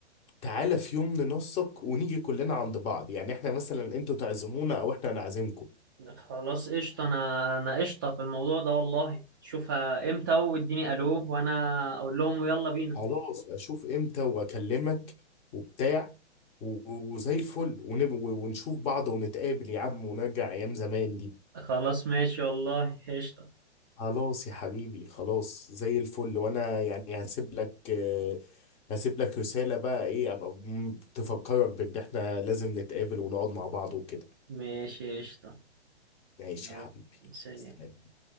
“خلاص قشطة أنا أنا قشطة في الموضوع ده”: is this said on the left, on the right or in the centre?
Right